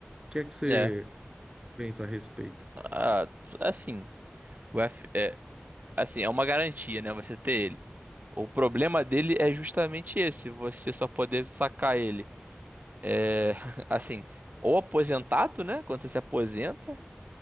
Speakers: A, on the right; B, on the right.
A: que é que você
B: É.
A: pensa a respeito?
B: Ah, assim, o F é, assim, é uma garantia, né, você ter ele. O problema dele é justamente esse, você só poder sacar ele. É, <laughs> assim, ou aposentado, né, quando você se aposenta,